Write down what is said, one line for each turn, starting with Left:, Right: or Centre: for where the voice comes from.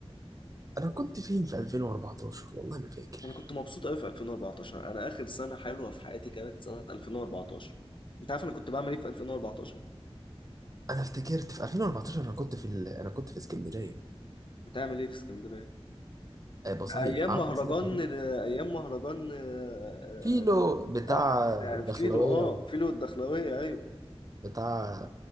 Right: انا كنت فين في 2014 والله ما فاكر
Left: انا كنت مبسوط قوي في 2014 انا اخر سنه حلوه في حياتي كانت سنه 2014 انت عارف انا كنت بعمل ايه في 2014
Right: انا افتكرت في 2014 انا كنت في ال... انا كنت في اسكندريه
Left: بتعمل ايه في اسكندريه
Right: آه، بصيف
Left: ايام
Right: قعدت
Left: مهرجان
Right: بصيف
Left: ايام مهرجان آه،
Right: كيلو بتاع
Left: آه،
Right: الدخلوية
Left: آه، آه، فيلو اه فيلو الدخلاويه ايوه
Right: وبتاع